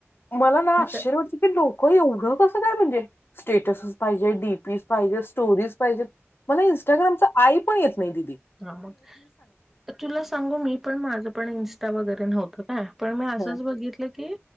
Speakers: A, on the left (about 50°); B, in the centre.
A: मला ना आश्चर्य
B: आता
A: वाटत की लोक एवढं कस काय म्हणजे स्टेटसस पाहिजे, डीपी पाहिजे, स्टोरीज पाहिजे. मला इन्स्टाग्रामच आई पण येत नाही दिदी.
B: हा मग तुला सांगू मी पण माझं पण इस्टा वगैरे नव्हतं का. पण मी असंच
A: हं.
B: बघितलं की